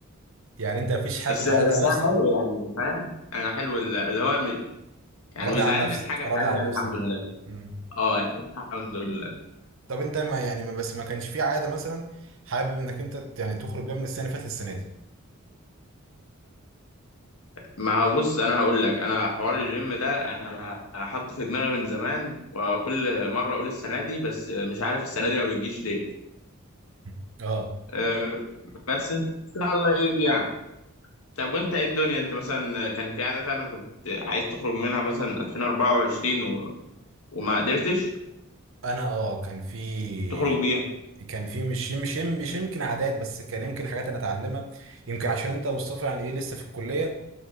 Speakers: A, on the right; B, on the left.
A: يعني انت مفيش حاجة
B: بس
A: كنت
B: بس
A: حاططها على نفسك
B: انا حلو يعني انت فاهم انا حلو ال- اللي هو م- يعني
A: راضي
B: مش زعلان
A: عن نفسك
B: من حاجه
A: راضي
B: في حياتي
A: عن
B: يعني
A: نفسك
B: الحمد لله
A: اه امم
B: اه يعني الحمد لله
A: طب انت ما يعني ما بس ما كانش في عادة مثلا حابب انك انت يعني تخرج بيها من السنة اللي فاتت للسنة دي
B: ما هو بص انا هقول لك انا حوار الجيم ده انا حاطه في دماغي من زمان وكل مره اقول السنه دي بس مش عارف السنه دي ما بتجيش ليه
A: <laughs> اه
B: آه، بس ان شاء الله يجي طب وانت ايه الدنيا انت مثلا كان في عادة فعلا كنت عايز تخرج منها مثلا 2024 و... وما قدرتش
A: انا اه كان في
B: تخرج بيها
A: كان في مش مش مش يمكن عادات بس كان يمكن حاجات انا اتعلمها يمكن عشان انت يا مصطفى يعني ايه لسه في الكليه